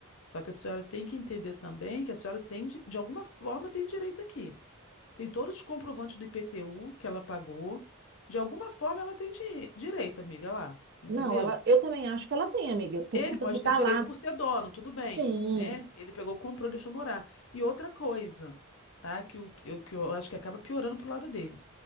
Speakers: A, on the left; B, on the right.
A: Só que a senhora tem que entender também que a senhora tem, de, de alguma forma, tem direito aqui. Tem todos os comprovantes do IPTU que ela pagou. De alguma forma, ela tem di- direito, amiga, lá. Entendeu?
B: Não, ela, eu também acho que ela tem, amiga, por
A: Ele
B: conta
A: pode
B: de estar
A: ter direito
B: lá.
A: por ser dono, tudo bem,
B: Sim.
A: né? Ele pegou, comprou, deixou morar. E outra coisa, tá? Que, o, que, eu- que eu acho que acaba piorando pro lado dele